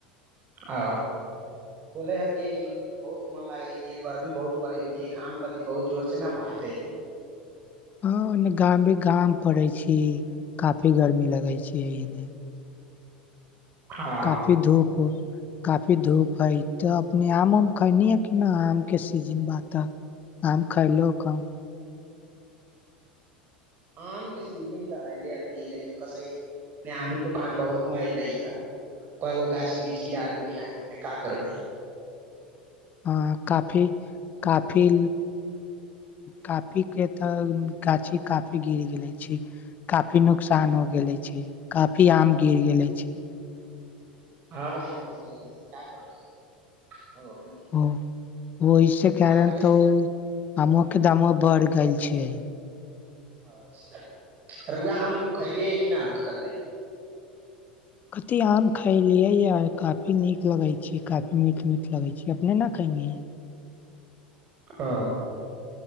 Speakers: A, on the right; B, on the left.
A: आ बोलै हतिियै कि तऽ बहुत मोन लागै हतिियै गर्मी बहुत पड़ै होतिियै घाम कथ बहुत जोरसँ ने बहुतै
B: हँ ओन्ने गाम भी गाम पड़ै छी काफी गर्मी लगै छी एने
A: हँ
B: काफी धूप हो काफी धूप हइ तऽ अपने आम उम खयल है कि नहि आमके सीजन बात तऽ आम खयलहु कम
A: आम के सीजन तऽ हले अथ ह लेकिन क आी तूफान बहुत न एऐलै ह क गो गाछ वृक्ष गिरा देलै आीमे का करबै
B: हँ काफी काफी काफी के तऽ गाछी काफी गिर गेले छै काफी नुकसान हो गेले छै काफी आम गिर गेले छी
A: हँ बहुत हो गेल क्या करबै भगवान के
B: ओ ओहिस
A: हम का
B: कण
A: करै
B: तऽ आके द बढ़ गेल छियै
A: अ्छा रौआ आम खलियै कि नहि अभी कतै
B: कथी आम खैलियै यऽ काफी नीक लगै छै काफी मीट मीट लगैत छै अपने न खलियै य
A: आ